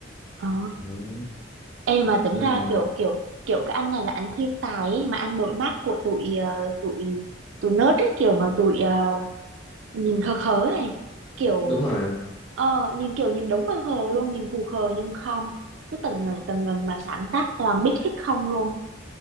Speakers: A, on the right; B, on the left.
A: ờ
B: ừ,
A: Ê mà tính
B: nhưng
A: ra
B: mà
A: kiểu kiểu kiểu cái anh này là anh thiên tài ấy, mà anh đội mắt của tụi ờ, tụi tụi nớt ấy kiểu mà tụi ờ, nhìn khờ khờ ấy này kiểu
B: đúng rồi
A: ờ nhìn kiểu nhìn đúng khờ khờ luôn nhìn khù khờ nhưng không cứ tầng ngần tầng ngần mà sáng tác toàn biết hết không luôn